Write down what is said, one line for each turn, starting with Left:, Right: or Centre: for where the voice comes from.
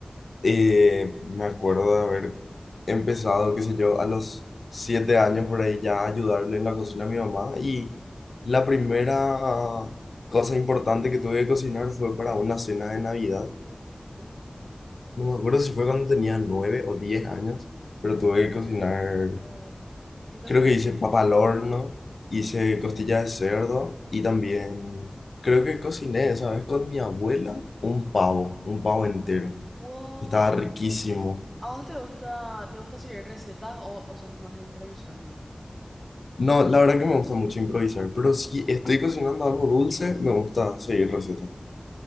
Left: Eh, me acuerdo de haber empezado, qué sé yo, a los siete años por ahí ya a ayudarle en la cocina a mi mamá y la primera cosa importante que tuve que cocinar fue para una cena de Navidad.
Right: Oh,
Left: No me acuerdo si fue cuando tenía nueve o diez años, pero tuve que cocinar,
Right: ¿O ¿Qué cocinaste?
Left: creo que hice papa al horno, hice costilla de cerdo y también creo que cociné, ¿sabes? Con mi abuela un pavo, un pavo entero.
Right: Wow.
Left: Estaba riquísimo.
Right: ¿A vos te gusta, te gusta seguir recetas o, o sos más de improvisar nomás?
Left: No, la verdad que me gusta mucho improvisar, pero si estoy cocinando algo dulce, me gusta seguir recetas,